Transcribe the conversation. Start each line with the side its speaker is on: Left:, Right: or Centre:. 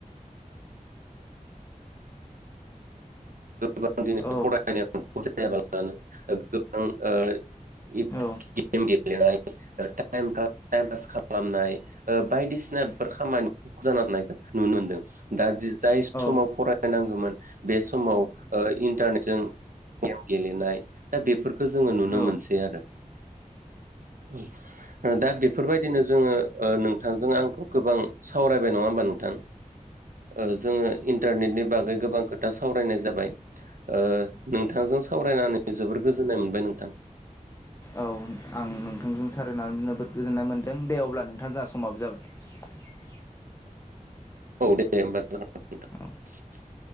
Right: गोबां दिनै
Left: औ
Right: फरायनाय जायाबानो गोबां <unintelligible> गेम
Left: औ
Right: गेल <unintelligible> खालामनाय ओ बायदिसिना बेफोर खामानि जाननायखौ नुनो मोन्दों दा जि जाय समाव
Left: औ
Right: फरायनांगोमोन बे समाव ओ इन्टारनेटजों गेम गेलेनाय दा बेफोरखौ जोङो नुनो
Left: औ औ
Right: मोनसै आरो औ दा बेफोरबायदि दिनो जोङो ओ नोंथांजों आंखौ गोबां सावरायबाय नङा होमबा नोंथां ओ जोङो इन्टारनेटनि बागै गोबां खोथा सावरायनाय जाबाय ओ नोंथां जों जो सावरायनानै जोबोर गोजोन्नाय मोनबाय नोंथां
Left: औ आं नोंथांजों सारायनानै जोबोद गोजोननाय मोनदों दे अब्ला नोंथां जोंहा समाबो जाबाय
Right: औ देब <unintelligible>
Left: औ